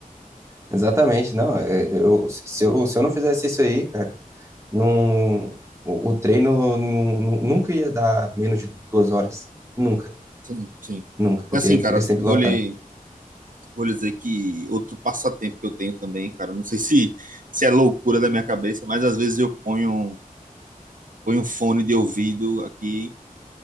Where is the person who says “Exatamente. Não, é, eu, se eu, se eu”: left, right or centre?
Right